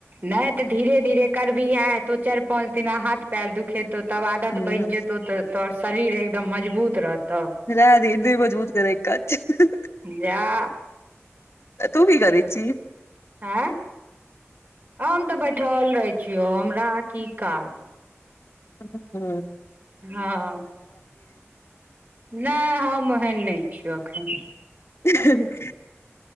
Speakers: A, on the right; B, on the left.
A: नै तऽ धीरे धीरे कर भी एह हेतौ चारि पाँच दिना हाथ पयर दुखेतौ तब आदत
B: ह
A: बनि जेतौ तऽ तोहर शरीर एकदम मजबूत रहतौ।
B: रहे दी नाय मजबूत करै का काज छै
A: जा
B: तू भी करै छी। ह
A: आँ हम तऽ बैठल रहै छियौ हमरा की काज।
B: ह हू
A: हँ नहि हम ओहन नहि छियौ एखन।
B: ह